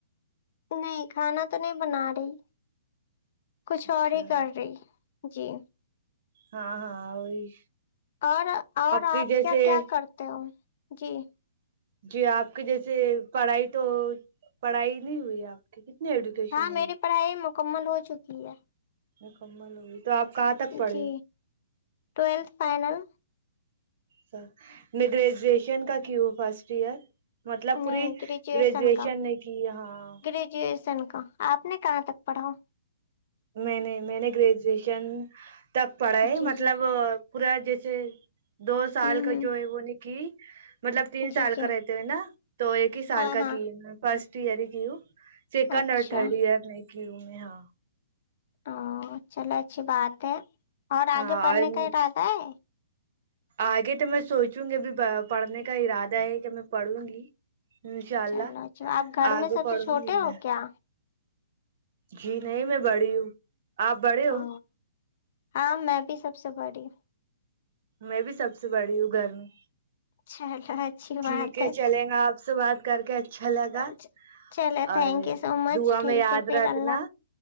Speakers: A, on the left; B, on the right.
A: نہیں کھانا تو نہیں بنا رہی کچھ
B: اچھا
A: اور ہی کر رہی جی
B: ہاں ہاں وہی
A: اور اور
B: کی
A: آپ
B: جیسے
A: کیا کیا کرتے ہو جی
B: جی آپ کی جیسے پڑھائی تو پڑھائی نہیں ہوئی آپ کی ایجوکیشن
A: ہاں
B: ہوئی
A: میری پڑھائی مکمل ہو چکی ہے
B: مکمل ہوگ تو آپ کہاں تک پڑے
A: جی ٹویلتھ فائنل
B: اچر میں گریجویشن کا کیوں ہوں فرسٹ ایئر مطلب
A: نہیں
B: پوری گریجویشن
A: کا
B: نے کی ہاں
A: گریجویشن کا آپ نے کہاں تک پڑھا
B: میں نے میں نے گریجویشن تک پڑے
A: جی
B: مطلب
A: جی
B: پورا جیسے دو سال
A: ہوں
B: کا
A: ہوں
B: جو ہے وہ ن کہ مطلب تین
A: جی
B: سال
A: جی
B: کا رہتے ہوئے نا تو ایک ہی سال
A: ہاں
B: کا
A: ہاں
B: کی میں فرسٹ تیاری کی چیکا
A: اچھا
B: نرٹھڑی ار نہیں کیوں میں ہاں
A: او چلو اچھی بات ہے اور
B: ہاں
A: آگے پڑھنے
B: اور
A: کا ہی رہتا ہے
B: آگے تو میں سوچوں گی ابھی پڑھنے کا ارادہ ہے کہ میں پڑھوں گی انشاء اللہ
A: چلو اچھا آپ گھر
B: آگے
A: میں سب
B: پڑھوں
A: سے چھوٹے
B: گی میں
A: ہو کیا
B: جی نہیں میں بڑی ہوں آپ بڑے ہو
A: ا ہاں میں بھی سب سے بڑی ہ
B: میں بھی سب سے بڑی ہوں گھر میں
A: چلو اچھی
B: ٹھیک
A: بات ہے
B: چلیں گا آپ سے بات کر کے اچھا لگا
A: اچا چلے
B: اور
A: تھینک یو سو مچ
B: دعا
A: ٹھیک
B: میں یاد
A: ہے پھر
B: رکھنا
A: اللہ